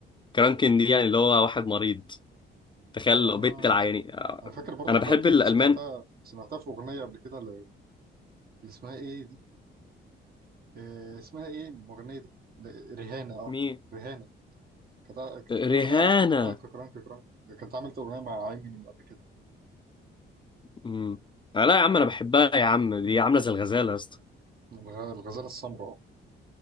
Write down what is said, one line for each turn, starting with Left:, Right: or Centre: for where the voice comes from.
Left: كرانكن دي يعني اللي هو واحد مريض تخيل
Right: آه
Left: لو بيت العيانين
Right: أنا فاكر برضو
Left: انا بحب
Right: كراكن
Left: الالمان
Right: دي سمعتها سمعتها في أغنية قبل كده اللي اللي اسمها إيه دي؟ آه اسمها إيه المغنية دي؟ ل- ريهانة آه
Left: مين
Right: ريهانة كانت كانت في
Left: ريهانة
Right: أغنية قاعدة تقول كرانك كرانك كرانك كانت عملت أغنية مع إيمينيم قبل كده
Left: امم لا يا عم انا بحبها يا عم دي عامله زي الغزاله يا اسطى
Right: الغ- الغزالة السمراء آه